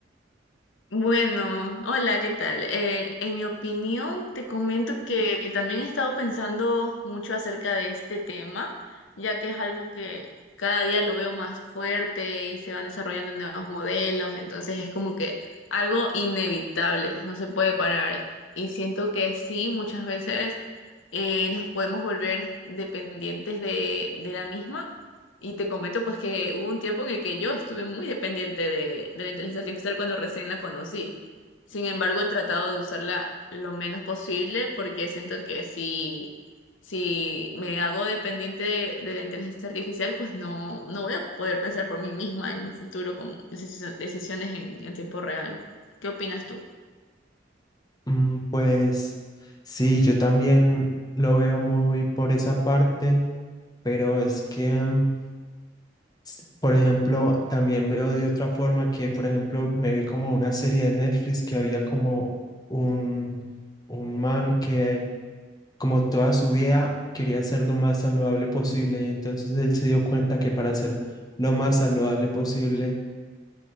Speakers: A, on the left; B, on the left.
A: Bueno, hola, ¿qué tal? Eh, en mi opinión, te comento que también he estado pensando mucho acerca de este tema, ya que es algo que cada día lo veo más fuerte y se van desarrollando nuevos modelos, entonces es como que algo inevitable, no se puede parar. Y siento que sí, muchas veces eh, nos podemos volver dependientes de, de la misma. Y te comento pues que hubo un tiempo en el que yo estuve muy dependiente de, de la inteligencia artificial cuando recién la conocí. Sin embargo, he tratado de usarla lo menos posible porque siento que si, si me hago dependiente de, de la inteligencia artificial, pues no, no voy a poder pensar por mí misma en un futuro con decisio- decisiones en, en tiempo real. ¿Qué opinas tú?
B: Mm, Pues sí, yo también lo veo muy por esa parte, pero es que, mm, s- por ejemplo, también veo de otra forma que, por ejemplo, me vi como una serie de Netflix que había como un, un man que como toda su vida quería ser lo más saludable posible y entonces él se dio cuenta que para ser lo más saludable posible,